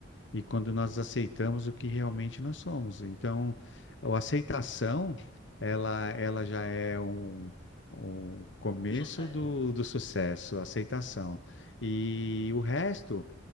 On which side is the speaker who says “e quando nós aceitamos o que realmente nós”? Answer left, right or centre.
Left